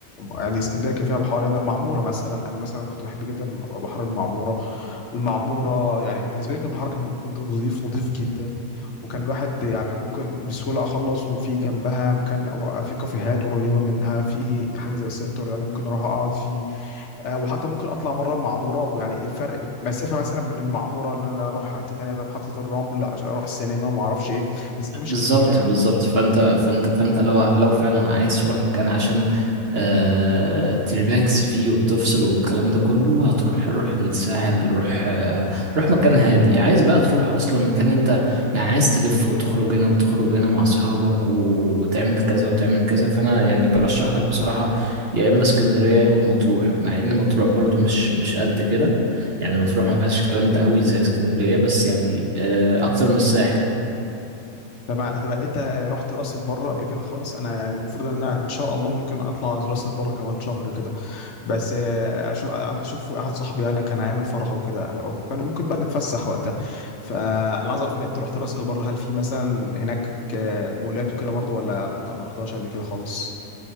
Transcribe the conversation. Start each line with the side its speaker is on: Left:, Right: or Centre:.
Left: يعني اسكندريه كان فيها بحار يعني المعموره مثلا انا مثلا كنت بحب جدا بحر المعموره المعمورة يعني بالنسبة لي كانت بحر كان نظيف نظيف جدا وكان الواحد يعني ممكن بسهولة أخلص وفي جنبها مكان أو في كافيهات قريبة منها في حاجة زي السنتر يعني ممكن أروح أقعد فيه آه، وحتى ممكن أطلع بره المعمورة ويعني الفرق مسافة مثلا من المعمورة إن أنا أروح حتة تانية زي محطة الرمل عشان أروح السينما وما أعرفش إيه مسافة مش
Right: بالظبط
Left: كبيرة يعني
Right: بالظبط فانت فانت فانت لو لو فعلا عايز تروح مكان عشان آه تريلاكس فيه وتفصل والكلام ده كله هتروح روح الساحل روح آه روح مكان هادي عايز بقى تروح اصلا مكان انت يعني عايز تلف وتخرج هنا وتخرج هنا مع اصحابك و- وتعمل كذا وتعمل كذا فانا يعني برشح لك بصراحة يا اما اسكندرية يا اما مطروح مع ان مطروح برضو مش مش قد كده يعني مطروح ما فيهاش الكلام ده قوي زي اسكندرية بس يعني آه اكتر من الساحل
Left: طبعا تبقى أنت رحت راس البر قبل كده خالص أنا يعني المفروض إن أنا إن شاء الله ممكن أطلع راس البر كمان شهر كده بس آه، اشوف اشوف واحد صاحبي يعني كان هيعمل فرح وكده وكان ممكن بقى نتفسح وقتها فانا عايز اعرف هل انت رحت راس البر هل في مثلا هناك آه، مولات وكده برضه ولا طب ما رحتهاش قبل كده خالص